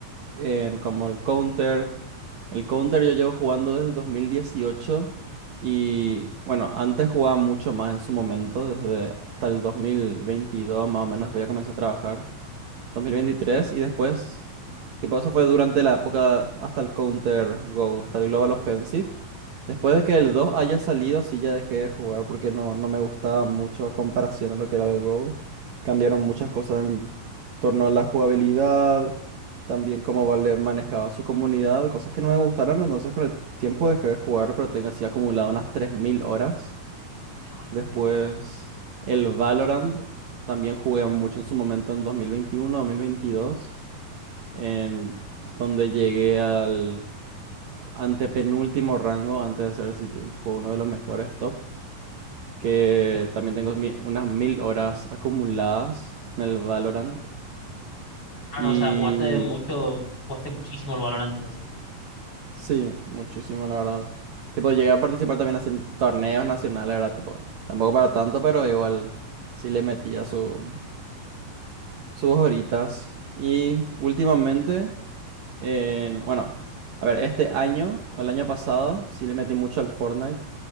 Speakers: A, on the right (about 65°); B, on the left (about 35°).
A: en como el Counter. El Counter yo llevo jugando desde el 2018 y bueno, antes jugaba mucho más en su momento, desde hasta el 2022 más o menos, después ya comencé a trabajar 2023 y después, tipo, eso fue durante la época hasta el Counter Go, hasta el Global Offensive. Después de que el 2 haya salido, sí ya dejé de jugar porque no, no me gustaba mucho a comparación a lo que era el Go. Cambiaron muchas cosas en torno a la jugabilidad, también cómo Valve manejaba su comunidad, cosas que no me gustaron, entonces con el tiempo dejé de jugar, pero tengo así acumulado unas tres mil horas
B: Híjole.
A: Después, el Valorant también jugué mucho en su momento en dos dos mil veintiuno dos mil veintidós en donde llegué al antepenúltimo rango antes de ser así tipo uno de los mejores top, que
B: pues,
A: también tengo mi- unas mil horas acumuladas en el Valorant.
B: Claro,
A: Y
B: o sea, jugaste mucho, jugaste muchísimo el Valorant, entonces.
A: sí, muchísimo, la verdad. Tipo, llegué a participar también así en torneos nacionales, ¿verdad? Tipo, tampoco para tanto, pero igual sí le metía su. sus horitas. Y últimamente, en, bueno, a ver, este año, o el año pasado, sí le metí mucho al Fortnite,